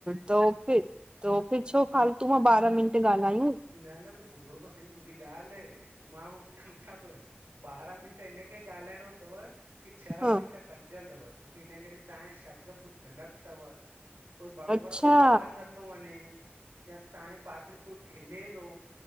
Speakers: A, on the right; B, on the right.
A: तो फिर तो फिर छो फालतू मां ॿारहां मिंट ॻाल्हायूं।
B: न न त ॿुधो त सही मुंहिंजी ॻाल्हि आहे मां उ सम्झा थो ॿारहां मिंट हिनखे ॻाल्हाइणो अथव की छह
A: हा
B: मिंट कड छोक हिनकरे तां शब्द कुझु गलत अथई कोई बरोबर
A: अच्छा
B: आवाज न नथो वञे या तव्हांजे पासे में कोई खिले थो,